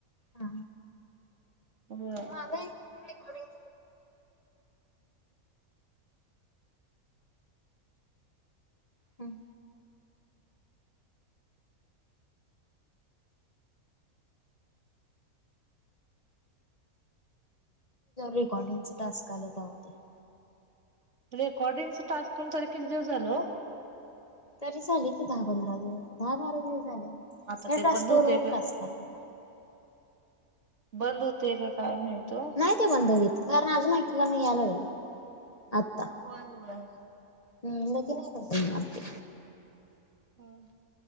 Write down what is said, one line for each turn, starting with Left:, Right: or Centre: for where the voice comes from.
Left: हा
Right: होय,
Left: हा. ते रेकॉर्डिंग. हम् रेकॉर्डिंग चे टास्क आले तर तवा ते
Right: रेकॉर्डिंग टास्क करून पण किती दिवस झालो.
Left: तरी झाली की दहा पंधरा दिवस दहा बारा दिवस झाले
Right: आता
Left: या
Right: ते
Left: टास्कवर
Right: बंद होते
Left: तो
Right: का
Left: टॅक्स आला.
Right: बंद होतय का काय नाहीत तो.
Left: नाही ते बंधवीत कारण अजून ऐकना यायला वेग आता <inaudible>
Right: व्हय व्हय
Left: हम् त नाही मते
Right: हम्म